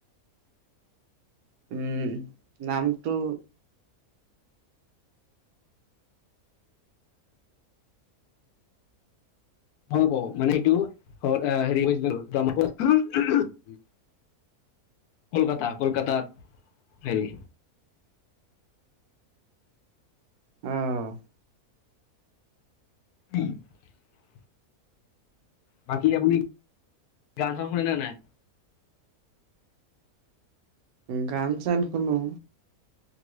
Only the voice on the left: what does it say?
অ ব মানে এইটো হেৰিছিল <unintelligible> কলকাতা কলকাতাত হেৰি
<unintelligible> বাকী আপুনি গান চান শুনেনে নাই